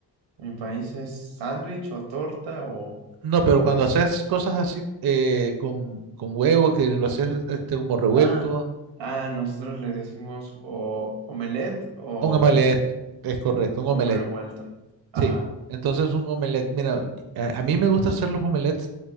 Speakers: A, on the right; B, on the right.
A: Mi país es sándwich o torta o,
B: No, pero
A: o
B: cuando
A: es...
B: haces cosas así eh, con, con huevo, que lo haces este, como revuelto,
A: Ah, ah, nosotros le decimos o omelette o
B: un omelette, es correcto, un
A: huevo
B: omelette,
A: revuelto. Ajá,
B: sí. Entonces, un omelette, mira, a, a mí me gusta hacer los omelettes.